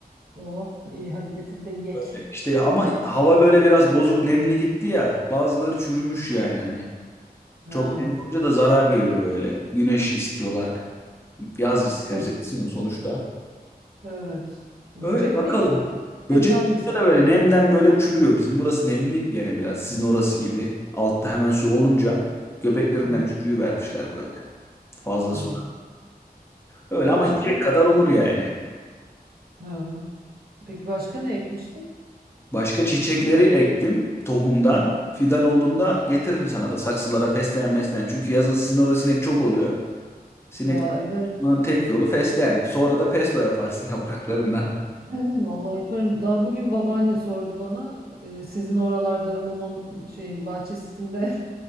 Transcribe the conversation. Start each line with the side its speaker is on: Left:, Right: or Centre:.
Right: Oh iyi hadi getir de yek.
Left: E, İşte ama hava böyle biraz bozuk nemli gitti ya. Bazıları çürümüş yani hani.
Right: Ha.
Left: Çok nemli olunca da zarar görüyor böyle. Güneş istiyorlar. Yaz sebzesi
Right: Bö-
Left: sonuçta.
Right: Evet. Böcek
Left: Öyle bakalım.
Right: mi yiyor? Hemden
Left: Böcek
Right: mi sen?
Left: de böyle nemden böyle çürüyor. Bizim burası nemli gene biraz. Sizin orası gibi. Altta hemen su olunca göbeklerinden
Right: Aha.
Left: çürüyü vermişler böyle. Fazla
Right: Ey.
Left: su. Öyle
Right: Başka
Left: ama yiyecek
Right: ne?
Left: kadar olur yani.
Right: Ha. Peki başka ne ekmiştin?
Left: Başka çiçekleri ektim tohumdan. Fidan olduğunda getiririm sana da saksılara fesleğen mesleğen. Çünkü yazın sizin orada sinek çok oluyor. Sinek
Right: Ya evet.
Left: tutmanın tek yolu fesleğen. Sonra da pesto yaparsın <laughs> yapraklarından.
Right: Evet, Vallahi yaparım. Daha bugün babaanne sordu bana. e, sizin oralarda mumon şeyin bahçesinde